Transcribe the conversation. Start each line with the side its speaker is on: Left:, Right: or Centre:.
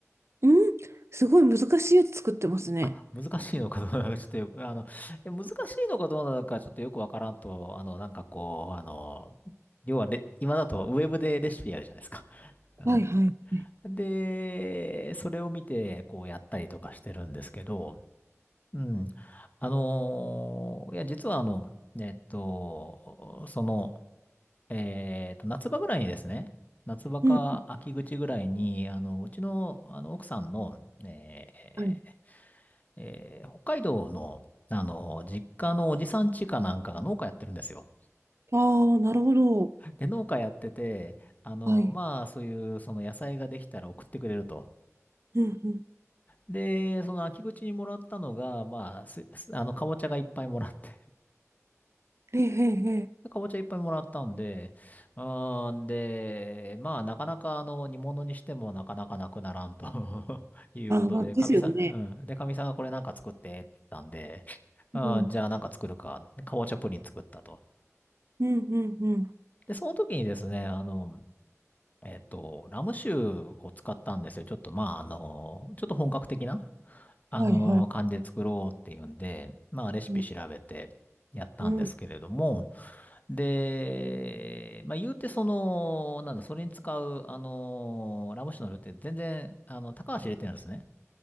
Right: うんすごい難しいやつ作ってますね。
Left: あ、難しいのかどうなのか、ちょっとよく、あの、いや難しいのかどうなのか、ちょっとよくわからんと、あの、なんかこう、あの、要はレ、今だとウェブでレシピやるじゃないですか。うん
Right: はいはいはい。
Left: で、それを見て、こうやったりとかしてるんですけど、うん。あのーいや、実はあの、えっと、その、えっと、夏場ぐらいにですね、夏場か秋口ぐらいに、
Right: うん。
Left: あの、うちの、あの、奥さんの、え
Right: はい。
Left: ーえー北海道の、あの、実家のおじさん家かなんかが農家やってるんですよ。
Right: ああ、なるほど。
Left: で、農家やってて、あの、
Right: はい。
Left: まあ、そういう、その野菜ができたら送ってくれると。
Right: うんうん。
Left: で、その秋口にもらったのが、まあ、す、すあの、かぼちゃがいっぱいもらって、
Right: ええええ。ええ
Left: <laughs> かぼちゃいっぱいもらったんで、うーん、で、まあ、なかなか、あの、煮物にしてもなかなかなくならんと <laughs> いうことで、
Right: ああ、まあ、ですよね。
Left: かみさん、うん。で、かみさんがこれなんか作ってって言ったんで、あーじゃあなんか作るか。
Right: うん。
Left: かぼちゃプリン作ったと。
Right: うんうんうん。
Left: で、その時にですね、あの、えっと、ラム酒を使ったんですよ。ちょっと、まあ、あの、ちょっと本格的な。あの、
Right: はいはい。
Left: 感じで作ろうっていうんで、まあ、レシピ調べてやったんですけれども、
Right: うん。うん。
Left: で、まあ、言うてその、なんだ、それに使う、あの、ラム酒の量って全然、あの、高橋入れてるんですね。